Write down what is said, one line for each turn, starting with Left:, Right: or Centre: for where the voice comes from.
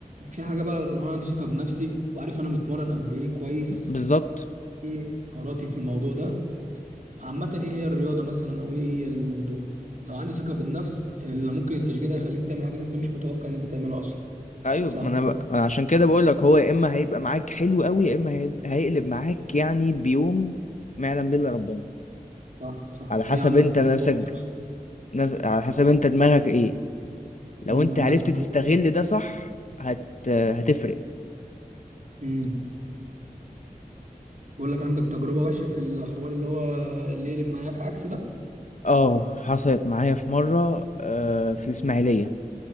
Right: في حاجه بقى لو انا عندي ثقه بنفسي وعارف انا متمرن قد ايه كويس
Left: بالظبط
Right: ايه مهاراتي في الموضوع ده عامة ايه هي الرياضة مثلا او ايه هي الموضوع لو عندي ثقة بالنفس اللي ممكن التشجيع ده يخليك تعمل حاجات انت مش متوقع ان انت تعملها اصلا
Left: ايوه
Right: صح
Left: ما انا
Right: كده
Left: ب... أنا عشان كده بقول لك هو يا اما هيبقى معاك حلو قوي يا اما هيب... هيقلب معاك يعني بيوم ما يعلم به الا ربنا
Right: صح صح
Left: على حسب
Right: ليه عندك
Left: انت
Right: تجربة
Left: نفسك
Right: وحشة؟
Left: نف... على حسب انت دماغك ايه لو
Right: مم،
Left: انت
Right: عندك
Left: عرفت
Right: تجربة
Left: تستغل ده صح هت... هتفرق
Right: امم بقول لك عندك تجربة وحشة في الحوار اللي هو اللي يقلب معاك عكس ده
Left: اه حصلت معايا في مره آه في الاسماعيليه